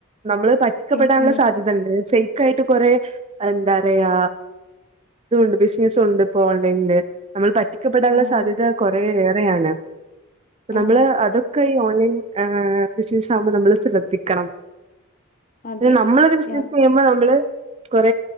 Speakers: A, on the right (about 25°); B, on the left (about 35°).
A: നമ്മള് പ റ്റിക്കപ്പെടാനുള്ള
B: ഉം ഉം
A: സാധ്യതണ്ട് ഫേക്ക ആയിട്ട് കൊറെേ എന്താ പറയാ ഇതണ്ട് മിസ് യുസ് ഉണ്ട് ഇപ്പ ഓൺലൈനിില് നമ്മൾ പറ്റിക്കപ്പെടാനുള്ള
B: ആഹ്
A: സാധ്യത കുറെയേറെയാണ് അ
B: ആഹ്
A: നമ്മള് അതൊക്കെ ഈ ഓൺലൈൻ ഹ ബിസിനസ് ആകുമ്പോൾ നമ്മള് ശ്രദ്ധിക്കണം
B: അതെ
A: പിന്നെ നമ്മളൊരു ബിസിനസ്
B: ഞാൻ
A: ചെയ്യുമ്പോ നമ്മള് കൊറ